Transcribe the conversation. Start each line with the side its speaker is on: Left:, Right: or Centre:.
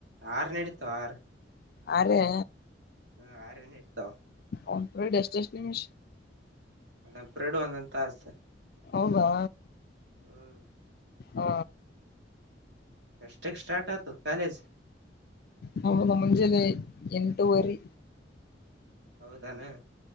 Right: ಆರ ಆರ್
Left: ಅರೆೇ
Right: ಹ್ಮ ಆರನೆೆ ಇರ್ತವ
Left: ಒಂದು ಪ್ರೈಡ್ ಎಷ್ಟು ಎಷ್ಟು <unintelligible>
Right: ಒಂದೊಂದು ಪ್ರೈಡ್ ಒಂದು ತಾಸು
Left: ಹೌದಾ
Right: ಹ್ಮ್ <inaudible>
Left: ಹ
Right: ಇಷ್ಕ್ ಸ್ಟಾರ್ಟ್ ಆತ ಕಾಲೇಜ್
Left: ಹೌದು ಮುಂಜಾನೆ ಎಂಟುುವರಿ
Right: ಹೌದಾನ